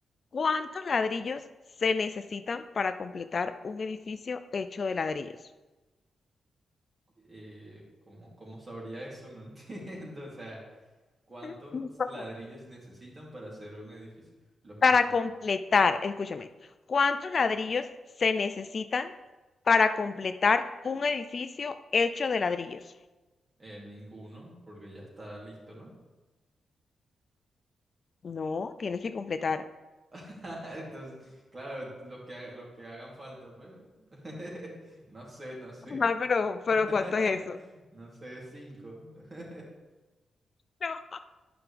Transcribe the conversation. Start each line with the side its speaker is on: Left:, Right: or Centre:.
Left: ¿Cuántos ladrillos se necesitan para completar un edificio hecho de ladrillos?
Right: Eh, ¿cómo, cómo sabría eso? No <laughs> entiendo. O sea, ¿cuántos
Left: <laughs>
Right: ladrillos se necesitan para hacer un edificio? Los que
Left: Para
Right: sean.
Left: completar, escúchame, ¿cuántos ladrillos se necesitan para completar un edificio hecho de ladrillos?
Right: Eh, ninguno, porque ya está listo, ¿no?
Left: No, tienes que completar.
Right: <laughs> Entonces, claro, los que, ha- los que hagan falta, pues. <laughs> No sé, no sé.
Left: Ah, pero, pero
Right: <laughs>
Left: ¿cuánto es eso?
Right: No sé, cinco. <laughs>
Left: No,